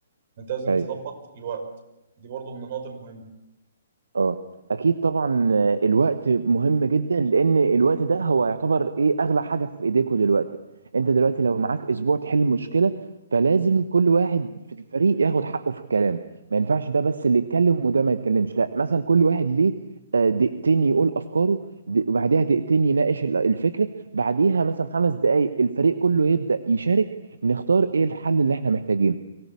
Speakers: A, on the right; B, on the right.
A: انت لازم
B: طيب
A: تظبط الوقت دي برضو من النقط المهمه
B: اه اكيد طبعا آه، الوقت مهم جدا لان الوقت ده هو يعتبر ايه اغلى حاجه في ايديكوا دلوقتي انت دلوقتي لو معاك اسبوع تحل مشكله فلازم كل واحد في الفريق ياخد حقه في الكلام ما ينفعش ده بس اللي يتكلم وده ما يتكلمش لا مثلا كل واحد ليه آه، دقيقتين يقول افكاره د- وبعديها دقيقتين يناقش ال- الفكره بعديها مثلا خمس دقائق الفريق كله يبدا يشارك نختار ايه الحل اللي احنا محتاجينه